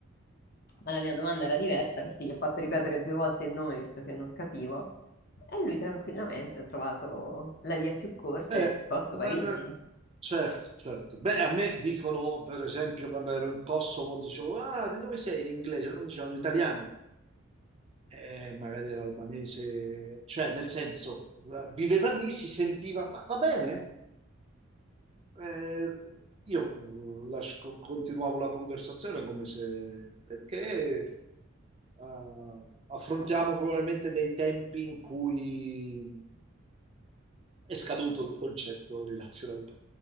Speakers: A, on the left; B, on the right.
A: ma la mia domanda era diversa perché gli ho fatto ripetere due volte il nome visto che non capivo. E lui tranquillamente ha trovato la via più corta
B: Eh,
A: e ha risposto
B: ma-
A: Parigi.
B: ma- certo, certo. Beh, a me dicono, per esempio, quando ero in Kosovo, dicevo, ah, di dove sei in inglese? Non mi dicevano italiano. Eh, magari era albanese, cioè, nel senso, eh, viveva lì, si sentiva, ma va bene? Eh, io eh, lascio- co- continuavo la conversazione come se, perché eh, affrontiamo probabilmente dei tempi in cui è scaduto il concetto di nazionalità.